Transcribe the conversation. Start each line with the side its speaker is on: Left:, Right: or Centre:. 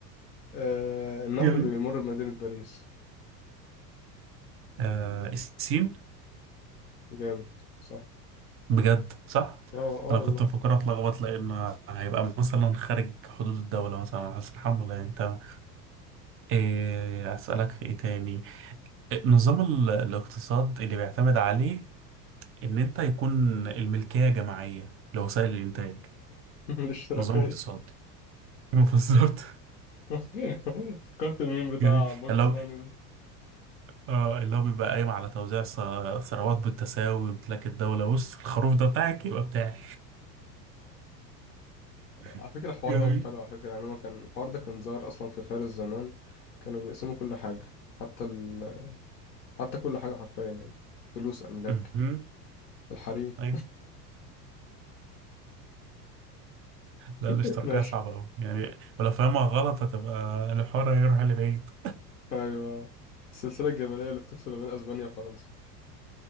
Left: آه، النهر
Right: جميل
Left: اللي بيمر بمدينة باريس
Right: آه السين
Left: جامد صح
Right: بجد صح
Left: اه اه
Right: انا
Left: والله
Right: كنت مفكرها اتلخبط لان هيبقى مثلا خارج حدود الدولة مثلا بس الحمد لله يعني تمام إيه اسألك في ايه تاني إيه، نظام ال- الاقتصاد اللي بيعتمد عليه ان انت يكون الملكية جماعية لوسائل الانتاج
Left: <laughs> الاشتراكية
Right: نظام اقتصادي <laughs> بالظبط
Left: <laughs> فكرت الميم بتاع
Right: جميل
Left: باجز
Right: اللي هو
Left: باني ده
Right: اه اللي هو بيبقى قايم على توزيع ث- ثروات بالتساوي وامتلاك الدولة بص الخروف ده بتاعك يبقى بتاعي <laughs>
Left: على فكرة الحوار
Right: جميل
Left: ده مش حلو على فكرة يعني هو كان الحوار ده كان ظاهر أصلا في فارس زمان كانوا بيقسموا كل حاجة حتى ال... حتى كل حاجة حرفيا يعني فلوس أملاك
Right: مهم.
Left: الحريم
Right: أي. لا
Left: <laughs>
Right: الاشتراكية
Left: ماشي
Right: صعبة أوي يعني ولو فاهمها غلط هتبقى الحوار هيروح لبعيد
Left: أيوة السلسلة الجبلية اللي بتفصل بين أسبانيا وفرنسا